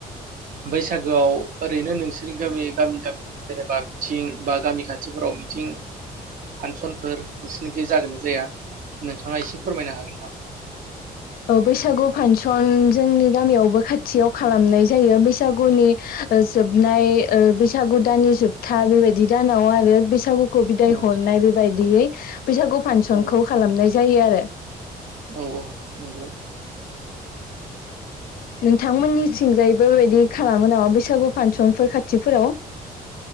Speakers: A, on the right; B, on the left.
A: बैसागोआव ओरैनो नोंसोरनि गामि गामि गामि जेनेबा मिथिं बा गामि खाथिफोराव मिथिं फांसनफोर नोंसोरनिख जागोन ना जाया नोंथाङा एसे फोरमायनो हागोन नामा?
B: औ बैसागु फांसन जोंनि गामियावबो खाथियाव खालामनाय जायो बैसागुनि जोबनाय बैसागु दाननि जोबथा बेबायदि दानाव आरो बैसागु खौ बिदाय
A: औ
B: हरनाय बेबायदियै बैसागु फांसनखौ
A: औ
B: खालामनाय जायो आरो
A: औ औ नंगौ
B: नोंथांमोननि थिंजायैबोबायदि खालामो नामा बैसागु फांसनफोर खाथिफोराव